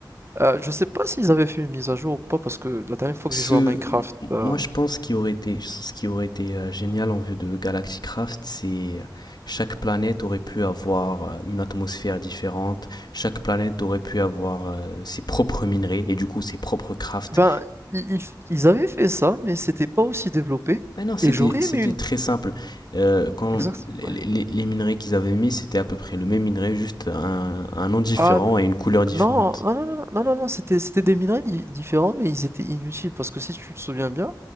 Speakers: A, on the right (about 30°); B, on the left (about 60°).
A: Euh, je sais pas s'ils avaient fait une mise à jour ou pas, parce que la dernière fois
B: Ce,
A: que j'ai joué à Minecraft, euh,
B: moi, je pense qu'il aurait été, ce qui aurait été euh, génial en vue de Galaxy Craft, c'est euh, chaque planète aurait pu avoir euh, une atmosphère différente, chaque planète aurait pu avoir euh, ses propres minerais et du coup ses propres crafts.
A: Ben, i ils ils avaient fait ça, mais c'était pas aussi développé
B: Ouais, non, c'était,
A: et j'aurais
B: c'était
A: aimé une
B: très simple. Euh, quand
A: exact,
B: les,
A: ouais.
B: les- les minerais qu'ils avaient mis, c'était à peu près le même minerai, juste un, un nom différent
A: Ah
B: et une couleur différente.
A: non, non, non, non, non, non, non, c'était c'était des minerais di différents, mais ils étaient inutiles parce que si tu te souviens bien,